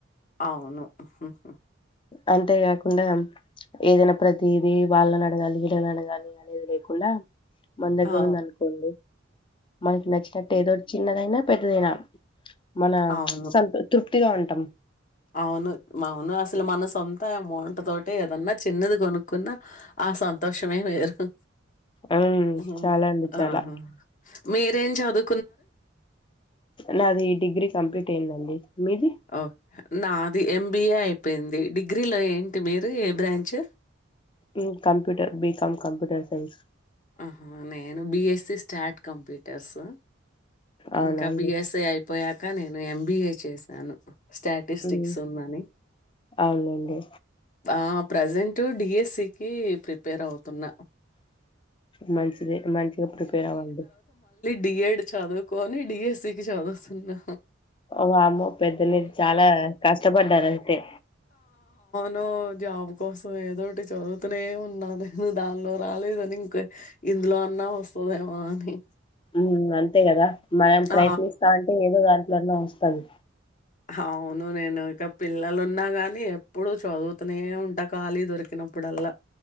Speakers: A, on the left; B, on the left.
A: అవును ఉ హు హూ
B: అంతేకాకుండా ఏదైనా ప్రతిది వాళ్ళని అడగాలి వీళ్ళని అడగాలి అనేది లేకుండా మన దగ్గర
A: ఆ!
B: ఉంది అనుకొండి మనకి నచ్చినట్టు ఏదో చిన్నదైనా పెధ్ నువ్వేనా మన
A: అవును.
B: సంత్ తృప్తిగా ఉంటాం
A: అవును. అవును అసలు మన సొంతామౌంట్ తోటే ఏదన్నా చిన్నది కొనుక్కున్నా ఆ సంతోషమే వేరు
B: ఉమ్
A: హ్మ్.
B: చాలా అండి చాలా
A: ఆహా! మీరేం చదు
B: నాది డిగ్రీ కంప్లీట్ అయిందండి మీరు
A: ఓ నాది ఎంబిఏ అయిపోయింది డి గ్రీలో ఏంటి మీరు ఏం బ్రాంచ్
B: ఉ computer B com computer science
A: ఆహా నేను బీఎస్సీ స్టాట్ కంప్యూటర్స్
B: అవునా
A: ఇంకా
B: అండి?
A: బీఎస్సీ ఐ పోయాక నేను ఎంబీఏ చేశాను స్టాటిస్టిక్స్
B: హ్మ్.
A: ఉందని
B: అవునులెండి.
A: ఆ ప్రజెంట్ డీఎస్సీకి ప్రిపేర్ అవుతున్న
B: మంచిదే మంచిగా ప్రిపేర్ అవ్వండి
A: బి ఎడ్ చదువుకొని డీఎస్సీ కి చదువుతున్నా
B: వామ్మో పెద్ద మీరు చాలా కష్టపడ్డారు అంటే
A: నో జాబ్ కోసం ఏదోటి చదువుతూనే ఉన్నా నేను దానిలో రాలేదని ఇంక ఇందులో అన్నా వస్తదేమో అని
B: మ్మ్ అంతే కదా మనం
A: ఆ!
B: ప్రయత్నిస్తా ఉంటే ఏదో దాంట్లోన్న వస్తది
A: అవును నేను ఇక పిల్లలు ఉన్నా గాని ఎప్పుడు చదువుతూనే ఉంట ఖాళీ దొరికినప్పుడల్లా